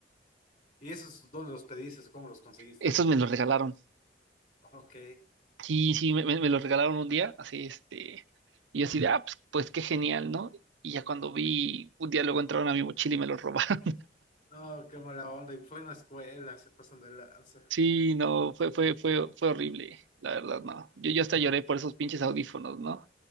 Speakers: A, on the left; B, on the right.
A: ¿Y esos dónde los pediste o cómo los conseguiste?
B: Estos me los regalaron.
A: Ok.
B: Sí, sí, me, me- me los regalaron un día, así, este, y yo así de, ah, pues, pues qué genial, ¿no? Y ya cuando vi, un día luego entraron a mi mochila y me los robaron.
A: No, qué mala onda, y fue en la escuela, se pasan de lanza.
B: Sí, no, fue, fue, fue, fue horrible, la verdad, no. Yo, yo hasta lloré por esos pinches audífonos, ¿no?